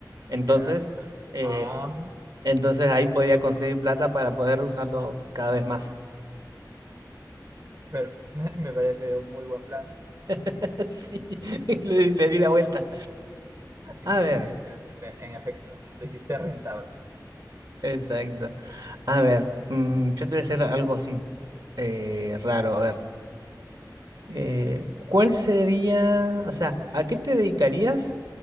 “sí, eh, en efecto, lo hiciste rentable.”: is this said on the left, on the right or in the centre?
Right